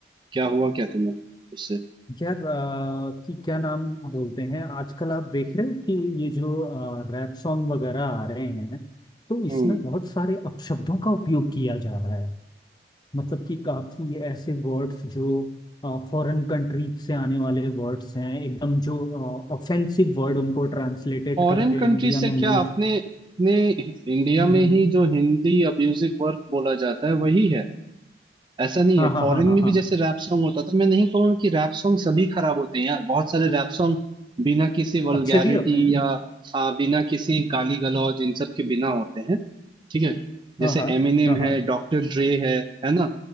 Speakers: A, on the right (about 25°); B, on the left (about 25°).
A: क्या हुआ क्या तुम्हें उससे
B: यार अ, कि क्या नाम बोलते हैं आजकल आप देख रहे हो कि ये जो रैप सॉन्ग वगैरह आ रहे हैं तो इसमें
A: हम्म
B: बहुत सारे अपशब्दों का उपयोग किया जा रहा है मतलब कि काफी ऐसे वर्ड्स जो फॉरेन कंट्रीज से आने वाले वर्ड्स हैं एकदम जो ऑफेंसिव वर्ड उनको ट्रांसलेटेड
A: फॉरेन
B: करके
A: कंट्री
B: इंडिया
A: से
B: में
A: क्या
B: यूज
A: अपने अपने इंडिया
B: हम्म
A: में
B: हम्म,
A: ही जो हिंदी म्यूजिक वर्क बोला जाता है वही है ऐसा नहीं
B: हाँ
A: है
B: हाँ
A: फॉरेन
B: हाँ हाँ
A: में
B: हाँ
A: भी जैसे रैप सॉन्ग होता था मैं नहीं कहूंगा कि रैप सॉन्ग सभी खराब होते हैं यार बहुत सारे रैप सॉन्ग बिना किसी वल्गैरिटी
B: अच्छे भी होते हैं
A: या आ, बिना किसी गाली गलौज इन सब के बिना होते हैं ठीक है जैसे
B: हाँ हाँ
A: एमिनेम
B: हाँ हाँ
A: है डॉक्टर ड्रे है है ना